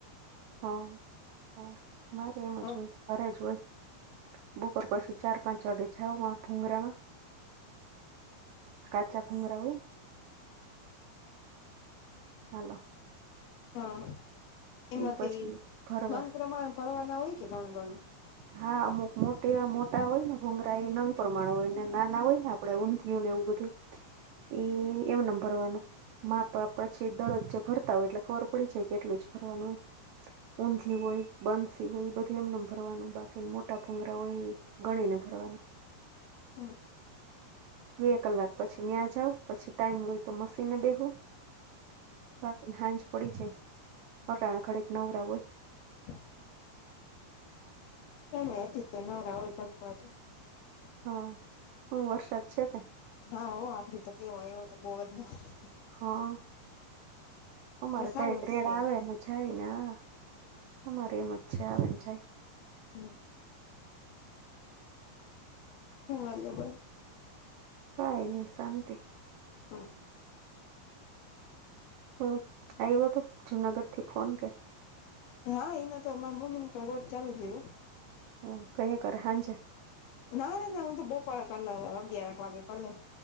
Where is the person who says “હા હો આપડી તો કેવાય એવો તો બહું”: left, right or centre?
Left